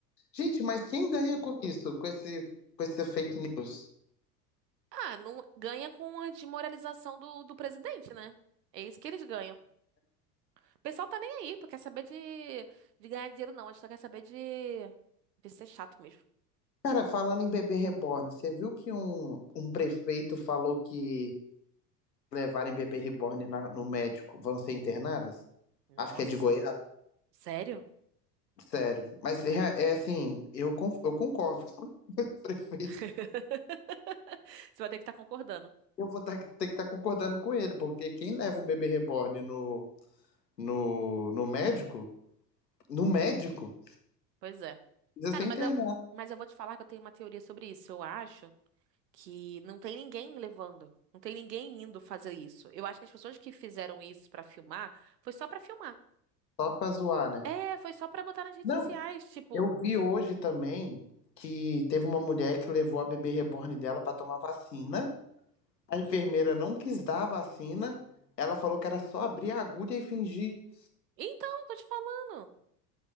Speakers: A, on the left; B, on the right.
A: Gente, mas quem ganha com isso? Com esse, com essa fake news?
B: Ah, não ganha com a desmoralização do, do presidente, né? É isso que eles ganham. O pessoal tá nem aí, porque quer saber de, de ganhar dinheiro, não. A gente só quer saber de, de ser chato mesmo.
A: Cara, falando em bebê reborn, você viu que um, um prefeito falou que levarem bebê reborn na- no médico vão ser internadas?
B: Nossa,
A: Acho que é de Goiás.
B: sério?
A: Sério. Mas é, é assim, eu, con- eu concordo com o <laughs> prefeito.
B: <laughs> Você vai ter que estar concordando.
A: Eu vou tá- ter que estar concordando com ele, porque quem leva um bebê reborn no, no, no médico, no médico,
B: Pois é.
A: precisa
B: Cara,
A: ser
B: mas
A: internado,
B: eu, mas eu vou te falar que eu tenho uma teoria sobre isso. Eu acho que não tem ninguém levando. Não tem ninguém indo fazer isso. Eu acho que as pessoas que fizeram isso pra filmar foi só pra filmar.
A: só pra zoar, né?
B: É, foi só pra botar nas redes
A: Não,
B: sociais. Tipo,
A: eu vi hoje também que teve uma mulher que levou a bebê reborn dela pra tomar vacina. A enfermeira não quis dar a vacina. Ela falou que era só abrir a agulha e fingir.
B: então, tô te falando.